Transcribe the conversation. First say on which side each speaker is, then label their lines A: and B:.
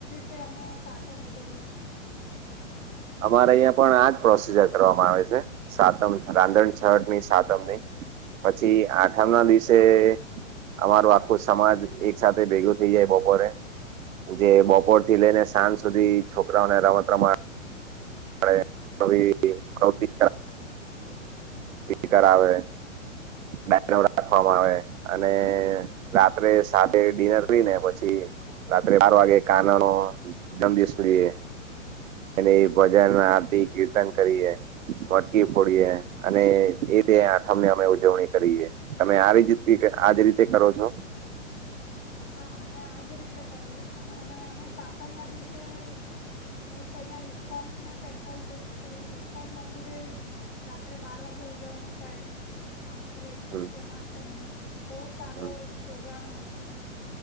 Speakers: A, on the left; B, on the right.
A: તે અમે સાતમ ઉજાવીએ છે.
B: અમારે અહિયાં પણ આજ પ્રોસીજર કરવામાં આવે છે. સાતમ રાંધણછટ ની સાતમ ની પછી આઠમ ના દિવસે અમારો આખો સમાજ એક સાથે ભેગું થઈએ બપોરે જે બપોર થી લઈને સાંજ સુધી છોકરાઓને રમત રમા <unintelligible> કરાવે. બનો રાખવામાં આવે અને રાત્રે સાતે ડીનર કરી ને પછી રાત્રે બાર વાગે કાના નો જમ દીશરીએ એને ભજન આરતી કીર્તન કરીએ. મટકી ફોડીએ અને એ દે આઠમને અમે ઉજવણી કરીએ. તમે આ જ આજ રીતે કરો છો?
A: હા, અમે આ જ રીતે કરીએ અને અમે સાતમના દિવસે નઈક અહિયાં ઈસ્કોન ટેમ્પલ છે તો ઈસ્કોન મંદિરે રાત્રે બાર વાગે ઉજવળું થાય અહ કૃષ્ણ
B: હમ
A: જન્માષ્ટમી નું અને બહુ જ સારો
B: હમ
A: એક પ્રોગ્રામ હોય છે.